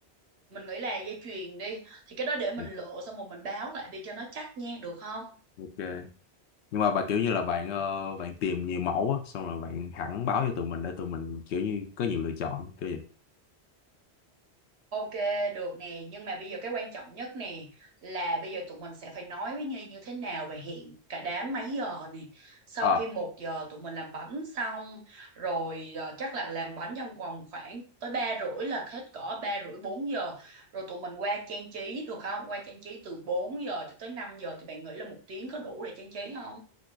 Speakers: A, on the right; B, on the left.
A: mình nghĩ là dây chuyền đi thì cái đó để mình
B: Ừ,
A: lựa xong rồi mình báo lại đi cho nó chắc nha được không
B: Ok. Nhưng mà bà kiểu như là bạn ờ, bạn tìm nhiều mẫu á, xong rồi bạn hẳn báo cho tụi mình để tụi mình kiểu như có nhiều lựa chọn kiểu vậy.
A: ok được nè nhưng mà bây giờ cái quan trọng nhất nè là bây giờ tụi mình sẽ phải nói với Nhi như thế nào và hẹn cả đám mấy giờ nè sau
B: Ờ,
A: khi một giờ tụi mình làm bánh xong rồi ờ, chắc là làm bánh trong vòng khoảng tới ba rưỡi là hết cỡ ba rưỡi bốn giờ rồi tụi mình qua trang trí được không qua trang trí từ 4 giờ cho tới 5 giờ thì bạn nghĩ là một tiếng có đủ để trang trí không